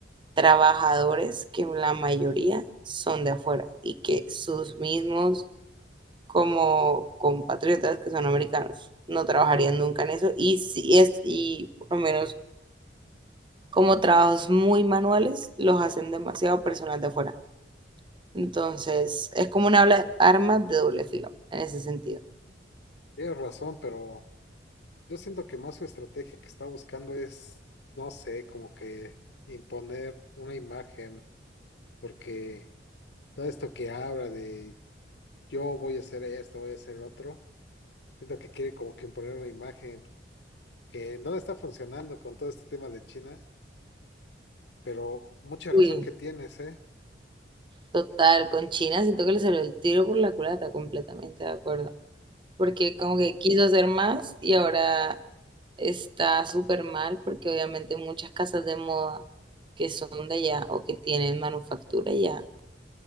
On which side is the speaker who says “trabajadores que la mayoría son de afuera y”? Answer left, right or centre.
Right